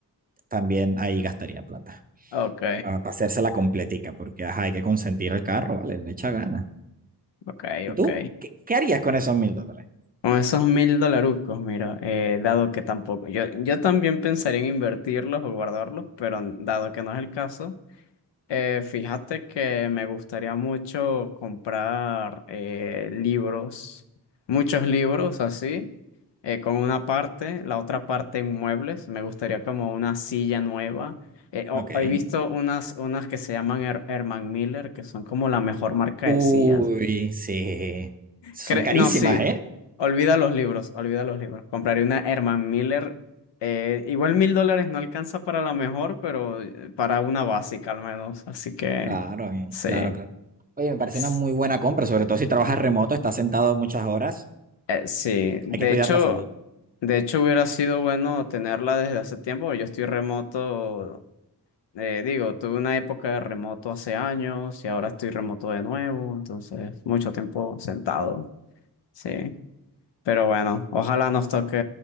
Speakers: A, on the right; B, on the left.
A: También ahí gastaría plata
B: ok,
A: para, para hacérsela completica, porque ajá, hay que consentir el carro, vale, le echa gana.
B: ok,
A: ¿Y
B: ok.
A: tú? ¿Qué, qué harías con esos mil dólares?
B: Con esos mil dolarucos, mira, eh, dado que tampoco, yo, yo también pensaría en invertirlos o guardarlos, pero dado que no es el caso, eh, fíjate que me gustaría mucho comprar eh, libros, muchos libros así, eh, con una parte, la otra parte en muebles, me gustaría como una silla nueva. Eh, o-
A: Ok.
B: he visto unas, unas que se llaman Her- Herman Miller, que son como la mejor marca
A: Uy,
B: de sillas
A: sí. Son
B: Cre-
A: carísimas,
B: no, sí.
A: ¿eh?
B: Olvida los libros, olvida los libros. Compraré una Herman Miller. eh, igual mil dólares no alcanza para la mejor, pero eh, para una básica al menos. Así que
A: Claro, eh,
B: sí.
A: claro, claro. Oye, me parece
B: S-
A: una muy buena compra, sobre todo si trabajas remoto, estás sentado muchas horas.
B: eh, sí. De
A: Hay que cuidar
B: hecho,
A: la salud.
B: de hecho hubiera sido bueno tenerla desde hace tiempo. Yo estoy remoto. eh, digo, tuve una época de remoto hace años y ahora estoy remoto de nuevo. Entonces, mucho tiempo sentado. Sí. Pero bueno, ojalá nos toque,